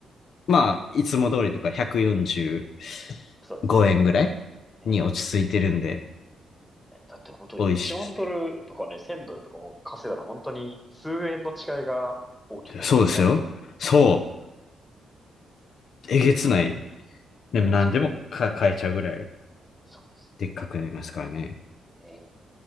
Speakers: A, on the left; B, in the centre.
A: まあ、いつも通りとか145円ぐらい
B: そうですね。え
A: に落ち着いてるんで、
B: え。だって本当1万ドルとかね、
A: 美味しい
B: 1000ドルとかも稼いだら本当に数円の違いが大きくなりますからね。
A: ですね。そうですよ。そう。えげつない。でも何でもか買えちゃうぐらい
B: そう、そうです。
A: でっかくなりますからね。
B: え